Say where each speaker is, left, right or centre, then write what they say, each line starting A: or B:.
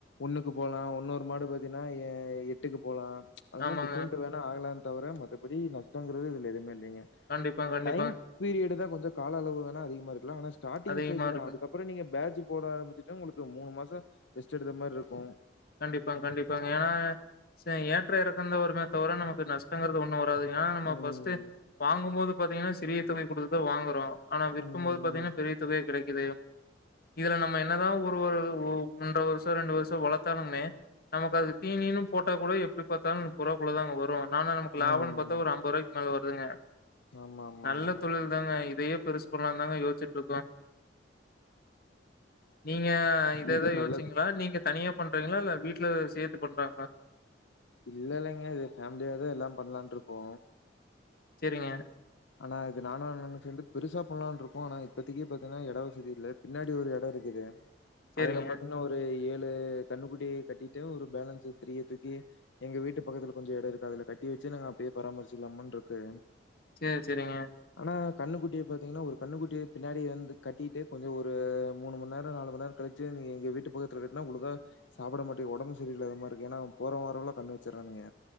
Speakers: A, on the left (about 75°); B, on the left (about 55°).
A: ஒண்ணுக்கு போலா ஒன்னொரு மாடு பாத்தீன்னா எ எட்டுக்கு போலா அது
B: ஆமாங்க.
A: மாரி டிஃப்ரெண்ட் வேணா ஆகலான்னு தவிர மத்தபடி நஷ்டங்கிறது இதுல எதுவுமே இல்லேங்க
B: கண்டிப்பா, கண்டிப்பா.
A: டைம் பீரியடு தா கொஞ்சோ கால அளவு வோன அதிக இருக்கலா ஆன ஸ்டார்டிங்
B: அதிகமா
A: ஸ்டேஜ்
B: இருக்கும்.
A: தா அதுகப்புறோ நீங்க பேஜு போட ஆரம்பிச்சுட்டு உங்களுக்கு மூணு மாசோ ரெஸ்ட் எடுக்ர மாரி இருக்கு
B: கண்டிப்பாங்க கண்டிப்பாங்க ஏன்னா ஏற்ற இறக்கந்த ஒருமே தவிர நமக்கு நஷ்டங்கிறது ஒண்ணு வராது ஏன்னா நம்ம
A: ம்.
B: பஸ்டே வாங்கும்போது பாத்தீங்கனா சிறிய தொகை கொடுத்து தா வாங்குறோ ஆனா விற்கும்போது
A: ம். ம்.
B: பாத்தீங்கனா பெரிய தொகையே கெடைக்குது இதுல நம்ம என்னதா ஒரு வரு ஒரு ஒன்ர வருஷோ ரெண்டு வருஷோ வள த்தாலுமே நமக்கு அது தீனின்னு போட்ட கூட எப்டி பாத்தாலு முப்போருவா குள்ளதாங்க வரு ஆனா நமக்கு லாபம்னு
A: ம்.
B: பாத்தா ஒரு அம்போருவாக்கி மேல வருதுங்க
A: ஆமா, ஆமாங்க.
B: நல்ல தொழில் தாங்க இதயே பெருசு பண்ணலா தாங்க யோச்சிட்டுருக்கோ நீங்க இதத
A: இது
B: யோச்சிங்களா
A: நல்ல
B: நீங்க தனியா பண்றீங்களா இல்ல வீட்ல சேத்து பண்றாங்களா
A: இல்லல்லங்க இது ஃபேமிலியாதா எல்லா பண்ணலான்ருக்கோ
B: சேரிங்க
A: ஆனா இது நானு அண்ணனு சேந்து பெருசா பண்ணலாம்னு இருக்கோ ஆனா இப்பத்திக்கே பாத்தீங்கன்னா இட வசதி இல்ல பின்னாடி ஒரு இடோருக்குது
B: சரிங்க.
A: அதுல பாத்தீங்கன்னா ஒரு ஏழு கன்னுக்குட்டிய கட்டிட்டு ஒரு பேலன்ஸ் த்ரீய தூக்கி எங்க வீட்டு பக்கத்துல கொஞ்ச இடோருக்கு அதுல கட்டி வச்சு நாங்க அப்டியே பராமரிச்சுலாமானுருக்கு
B: சேரி சேரிங்க
A: ஆனா கண்ணுக்குட்டிய பாத்தீங்கன்னா ஒரு கண்ணு குட்டிய பின்னாடி வந்து கட்டிட்டு கொஞ்சோ ஒரு மூணுமண் நேரோ நாலு மண் நேரோ கழிச்சி <unintelligible> நீங்க எங்க வீட்டு பக்கத்துல கட்னா உங்ளுக்கா சாப்புட மாட்டேங் உடம்பு சரியில்லாதத மாதிரிருக்கு ஏன்னா போறவ வாரவேன்லா கண்ணு வச்சறானுங்க